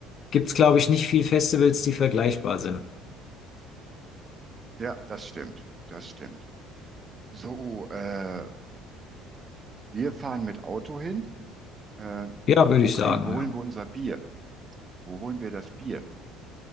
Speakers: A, on the left (about 40°); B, on the right (about 20°).
A: gibt's, glaube ich, nicht viel Festivals, die vergleichbar sind.
B: Ja, das stimmt, das stimmt. So, äh, wir fahren mit Auto hin. Äh,
A: Ja, würde
B: wo
A: ich
B: krieg,
A: sagen,
B: wo holen
A: ja.
B: wir unser Bier? Wo holen wir das Bier?